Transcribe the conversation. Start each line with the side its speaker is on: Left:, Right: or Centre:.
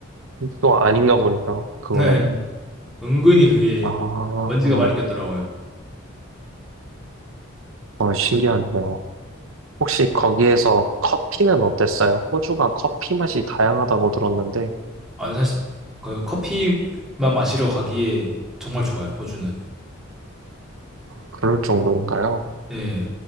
Right: 또 아닌가 보네요. 그거는.
Centre: 네. 은근히 그게
Right: 아,
Centre: 먼지가
Right: 어,
Centre: 많이 꼈더라고요.
Right: 어, 신기하네요. 혹시 거기에서 커피는 어땠어요? 호주가 커피 맛이 다양하다고 들었는데,
Centre: 아니 사실 그 커피만 마시러 가기에 정말 좋아요, 호주는.
Right: 그럴 정도인가요?
Centre: 네.